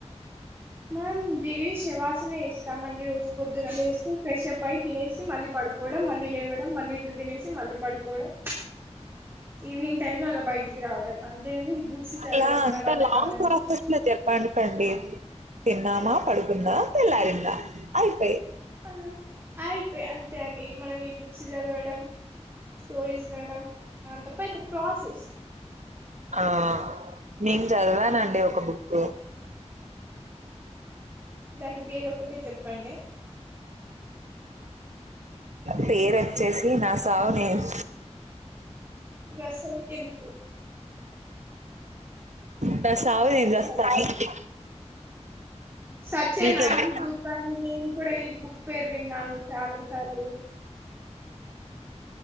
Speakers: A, on the right; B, on the right.
A: మనం డే శవాసన ఇస్తాం అండి రోజు పొద్దునలు వేస్తే స్పెషల్ పై తినేసి మళ్ళీ పడుకో మళ్ళీ లేవడం మళ్ళీ ఇ తినేసి మళ్ళీ పడుకోవడం ఈవినింగ్ టై లో అలా బయటికి రావడం అంతేగాని ఈ బుక్స్ చదవడం
B: ఇలా
A: మన
B: అంత
A: వల్ల
B: లాంగ్
A: కాదండి
B: ప్రాసెస్ లో చెప్పండకండి తిన్నామా పడుకుందా తెల్లారిందా అయిపోయి
A: ఆ అయిపోయి అంతే అండి మనం ఈ బుక్స్ చదవడం స్టోరీస్ వినడం అదంతా పెద్ద ప్రాసెస్
B: ఆ నేను చదివానండి ఒక బుక్
A: దాని పేరు ఒకటే చెప్పండి
B: పేరు వొచ్చేసి నా సావు నేను
A: రా సావుకు ఎందుకు
B: నా సావు
A: నైస్
B: నేను చస్తా నీకే
A: సచ్చేన
B: మీకెందుకు
A: ఈ బుక్ అండి నేను కూడా ఈ బుక్ పేరు విన్నాను చాలా సార్లు